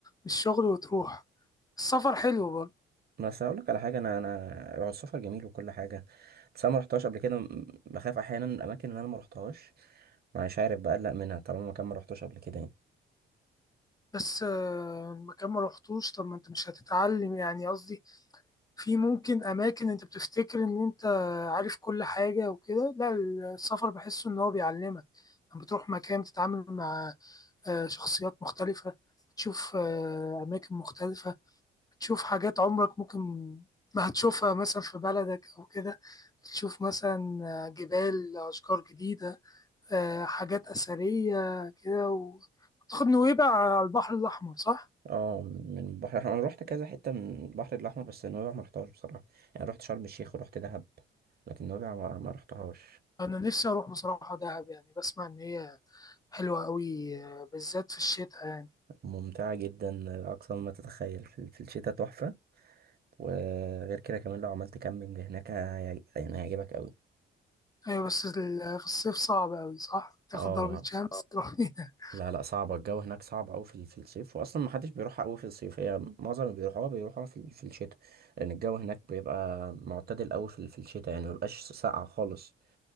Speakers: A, on the left; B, on the right.
A: الشغل وتروح السفر حلو برضه
B: بس اقول لك على حاجه انا انا هو السفر جميل وكل حاجه بس انا ما رحتهاش قبل كده م- بخاف احيانا من الاماكن اللي انا ما رحتهاش مش عارف بقلق منها طالما مكان ما رحتوش قبل كده يعني
A: بس آه، المكان ما رحتوش طب ما أنت مش هتتعلم يعني قصدي في ممكن أماكن أنت بتفتكر إن أنت عارف كل حاجة وكده لا السفر بحسه إن هو بيعلمك لما بتروح مكان بتتعامل مع آه، شخصيات مختلفة بتشوف آه، أماكن مختلفة بتشوف حاجات عمرك ممكن ما هتشوفها مثلا في بلدك أو كده بتشوف مثلا آه، جبال أشجار جديدة آه، حاجات أثرية كده وتاخد نويبع على البحر الأحمر صح؟
B: اه من البحر الاحمر انا رحت كذا حته من البحر الاحمر بس نويبع ما رحتهاش بصراحه يعني رحت شرم الشيخ ورحت دهب لكن نويبع ما ما رحتهاش
A: أنا نفسي أروح بصراحة دهب يعني بسمع إن هي حلوة أوي آه، بالذات في الشتاء يعني
B: ممتعة جدا لأقصى ما تتخيل في في الشتاء تحفة وغير كده كمان لو عملت كامبينج هناك هي- يعني هيعجبك أوي
A: أيوة بس ال- في الصيف صعب أوي صح تاخد
B: اه
A: ضربة شمس تروح فيها <laughs>
B: لا لا صعبة الجو هناك صعب أوي في ال- في الصيف وأصلا محدش بيروحها أوي في الصيف هي معظم اللي بيروحوها بيروحوها في ال- في الشتاء لأن الجو هناك بيبقى معتدل أوي في ال- في الشتاء يعني مبيبقاش ساقع خالص